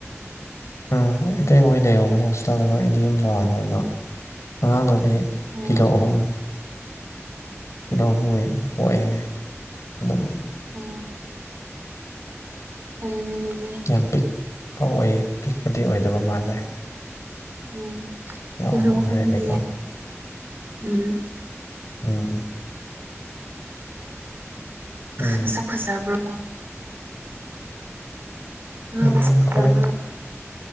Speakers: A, on the left (about 80°); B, on the right (about 45°).
A: ꯎꯝ ꯑꯇꯩ ꯃꯈꯣꯏ ꯂꯩꯍꯧꯕꯅꯦ ꯍꯣꯁꯄꯤꯇꯥꯜꯗꯀ ꯑꯩꯗꯤ ꯌꯨꯝꯗ ꯂꯥꯈ꯭ꯔꯦꯗꯣ ꯑꯉꯥꯡꯗꯨꯗꯤ
B: ꯎꯝ
A: ꯀꯂꯣꯍꯨꯝ ꯀꯤꯗꯧꯍꯨꯝꯈꯣꯏ ꯄꯣꯛꯑꯦ ꯑꯗꯨꯝ
B: ꯑꯣ ꯐꯩꯅꯦ ꯑꯗꯨꯗꯤ
A: ꯌꯥꯝ ꯄꯤꯛꯄ ꯑꯣꯏꯌꯦ ꯄꯤꯛꯄꯗꯤ ꯑꯣꯏꯗꯕ ꯃꯥꯜꯂꯦ
B: ꯎꯝ
A: ꯀꯤꯂꯣ
B: ꯀꯂꯣꯍꯨꯝꯗꯤꯗ
A: ꯑꯍꯨꯝ ꯍꯥꯏꯔꯗꯤꯀꯣ
B: ꯎꯝ
A: ꯎꯝ ꯎꯝ
B: ꯃꯁꯛ ꯈꯨꯖꯕ꯭ꯔꯣ
A: ꯎꯝ
B: ꯃꯁꯛ ꯈꯨꯖꯕ꯭ꯔꯣ
A: ꯍꯣꯔꯦꯟ